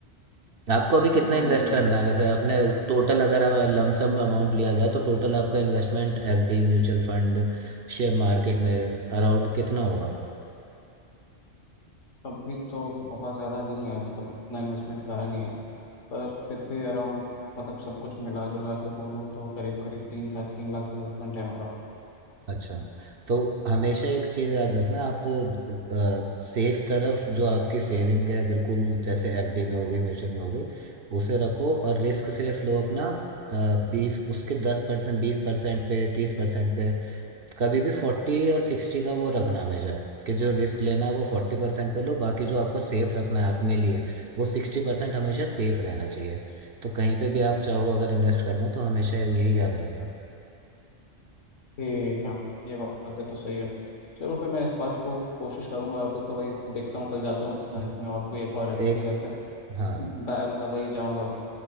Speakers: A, on the right (about 55°); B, on the left (about 85°).
A: आपको अभी कितना
B: हम्म
A: इन्वेस्ट करना है वैसे आपने टोटल अगर लमसम अमाउंट लिया जाए तो टोटल आपका investment FD mutual fund share market में अराउंड कितना होगा
B: अभी तो बहुत ज़्यादा नहीं है मतलब उतना इन्वेस्टमेंट करा नहीं है पर फिर भी अराउंड मतलब सब कुछ मिला जुला के बोलूँ तो करीब करीब तीन साढ़े तीन लाख इन्वेस्टमेंट है मेरा
A: अच्छा तो हमेशा एक चीज़ याद रखना आप सेफ तरफ जो आपकी सेविंग है बिल्कुल जैसे एफडी में हो गई म्यूचुअल में हो गई उसे रखो और रिस्क सिर्फ लो अपना बीस उसके दस परसेंट बीस परसेंट पे तीस परसेंट पे कभी भी फोर्टी और सिक्सटी का वो रखना हमेशा कि जो रिस्क लेना है वो फोर्टी परसेंट पे लो बाकी जो आपको सेफ रखना है अपने लिए वो सिक्सटी परसेंट हमेशा सेफ रहना चाहिए तो कहीं पे भी आप चाहो अगर इन्वेस्ट करना तो हमेशा यही याद रखना
B: ठीक है ये बात है तो सही है चलो फिर मैं इस बात को कोशिश करूंगा अभी तो वही देखता हूँ कल जाता हूँ बैंक
A: <laughs>
B: में और कोई एक और एफ
A: एक
B: डी या फिर
A: हाँ
B: ब- मतलब वही जाऊंगा